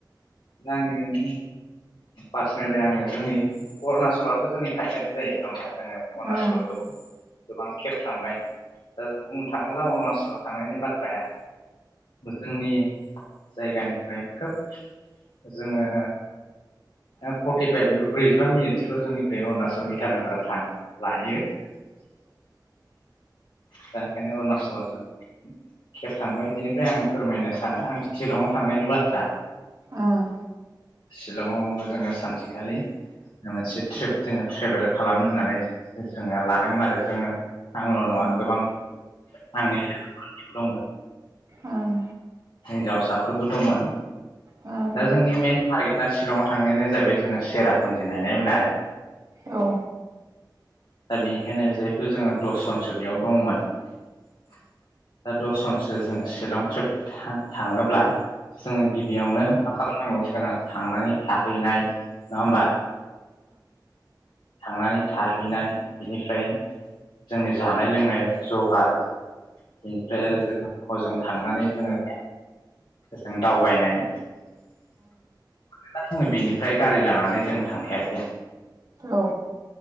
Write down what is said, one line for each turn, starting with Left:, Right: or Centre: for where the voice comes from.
Left: <unintelligible> पार्सनेलि आङो जोंनि अरुणाचलाथ' जोंनि खाथियानो जायो नङा होमबा जोङो
Right: औ
Left: अरुणचलाव गोबां गोबां खेब थांबाय दा बुंनो थां थांब्ला अरुणाचलाव थांनायनि बाथ्राया जोंनि जायगानिफ्राय खोब जोङो फर्रटिफाइभ बे ब्रैजिबा मिनिटसोल' जोंनिफ्राय अरुणाचला इटानगोरा थां लायो दा ओंखायनो अरुणचलाव जों खेब थांबाय बिनिफ्राय आं फोरमायनो सानो आं शिलंआव थांनायनि बाथ्रा
Right: ओम
Left: शिलं जोङो सानसेखालि मोनसे ट्रिप जोङो ट्रेभेल खालामनो होननानै जोङो लादोंमोन आरो जोङो आंल' नङा
Right: औ
Left: गोबां आंनि लोगोफोरबो दंमोन
Right: ओम
Left: हिनजावसाफोरबो दंमोन
Right: आंबो
Left: दा जोंनि मेन टारगेटआ शिलङाव थांनायानो जाहैबाय जोङो सेरापुन्जि नायनायमोन आरो
Right: औ
Left: दा बेनिखायनो जिहेथु जोङो दसजनसो बेयाव दङमोन दा दसजनसो जोङो शिलं ट्रिप थाङोब्ला जोङो गिबियावनो मा खालामनांगौ जोंहा थांनानै थाहैनाय नङा होमबा थांनानै थाहैनाय बिनिफ्राय जोंनि जानाय लोंनाय जगार बेनिफ्राइ आरो जोंहा हजों थांनानै जोङो जों दावबायनाय मानो होनोबा जोङो बिनिफ्राय गारि लानानै जोङो थांखायाखै।
Right: औ।